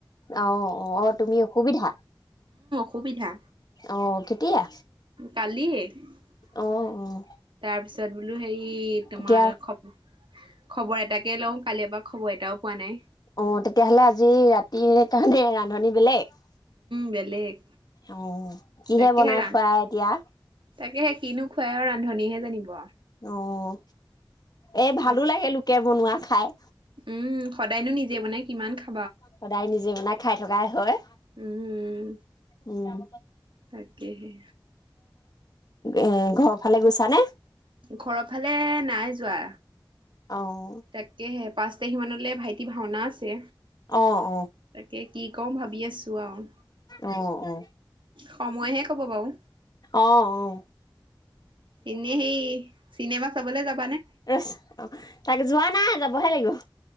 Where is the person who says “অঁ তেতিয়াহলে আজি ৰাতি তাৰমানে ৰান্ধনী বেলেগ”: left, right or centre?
Left